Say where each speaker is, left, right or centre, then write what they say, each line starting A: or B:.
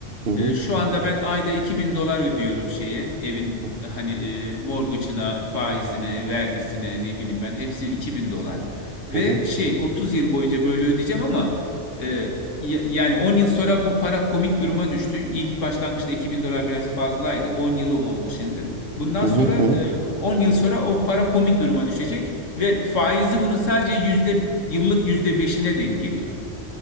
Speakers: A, on the right (about 60°); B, on the left (about 75°).
A: Hı hı,
B: E, Şu anda ben ayda 2000 dolar ödüyorum şeye evin
A: hı
B: hani e, mortgage'ına, faizine, vergisine ne bileyim ben hepsi 2000 dolar. Ve
A: hı,
B: şey 30 yıl boyunca böyle ödeyeceğim ama e, ya- Yani 10 yıl sonra bu para komik duruma düştü. İlk başlangıçta 2000 dolar biraz fazlaydı. 10 yılım oldu şimdi. Bundan
A: hı
B: sonra
A: hı,
B: e,
A: hı hı.
B: 10 yıl sonra o para komik duruma düşecek ve faizi bunun sadece yüzde yıllık yüzde beşine denk geliyor.